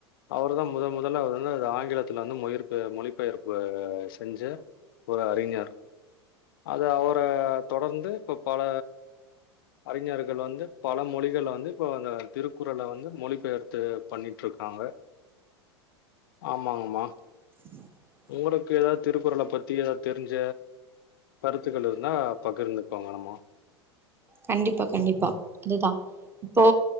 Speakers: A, on the left (about 55°); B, on the right (about 15°).
A: அவருதா முதல் முதல்ல வந்து ஆங்கிலத்துல வந்து மொயி மொழிபெயர்ப்பு செஞ்சு ஒரு அறிஞர் அத அவர தொடர்ந்து இப்ப பல அறிஞர்கள் வந்து பல மொழிகள வந்து இப்போ அந்த திருக்குறள வந்து மொழிபெயர்த்து பண்ணிட்ருக்காங்க ஆமாங்கமா
B: <unintelligible>
A: உங்களுக்கு எதாவ்து திருக்குறள பத்தி எதா தெரிஞ்ச கருத்துக்கள் இருந்தா பகிர்ந்துக்கோங்க நம்ம
B: கண்டிப்பா கண்டிப்பா அதுதா இப்போ